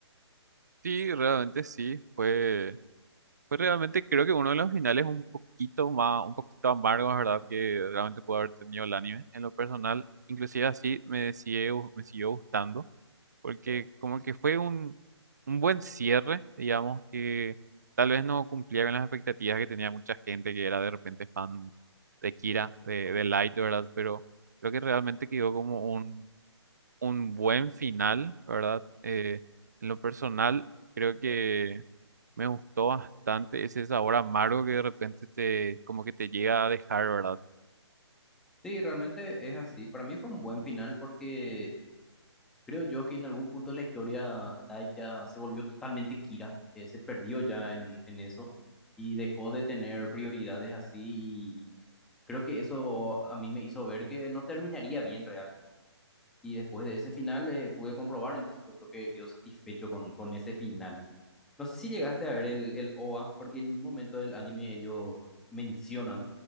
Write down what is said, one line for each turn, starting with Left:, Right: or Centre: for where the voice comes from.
Right: Sí, realmente sí, fue... Pues realmente creo que uno de los finales un poquito más, un poquito amargos, ¿verdad? Que realmente pudo haber tenido el anime. En lo personal, inclusive así me sigue, gu- me siguió gustando, porque como que fue un, un buen cierre, digamos, que tal vez no cumplía con las expectativas que tenía mucha gente que era de repente fan de Kira, de, de Light, ¿verdad? Pero creo que realmente quedó como un, un buen final, ¿verdad? Eh, en lo personal, creo que... Me gustó bastante ese sabor amargo que de repente te, como que te llega a dejar, ¿verdad?
Centre: Sí, realmente es así. Para mí fue un buen final porque creo yo que en algún punto de la historia Dai ya se volvió totalmente Kira, eh, se perdió ya en, en eso y dejó de tener prioridades así y creo que eso a mí me hizo ver que no terminaría bien realmente. Y después de ese final eh, pude comprobar, entonces yo creo que quedó satisfecho con, con ese final. No sé si llegaste a ver el, el OVA, porque en un momento del anime ellos mencionan